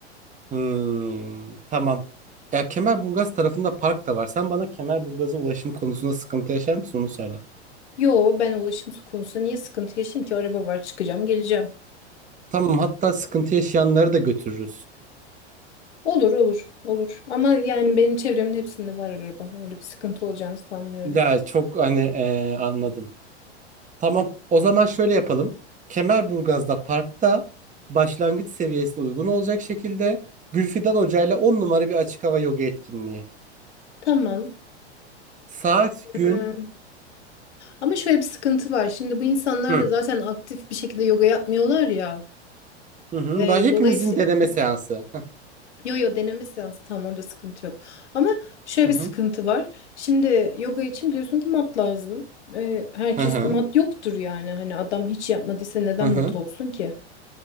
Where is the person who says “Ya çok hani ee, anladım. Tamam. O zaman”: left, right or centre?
Right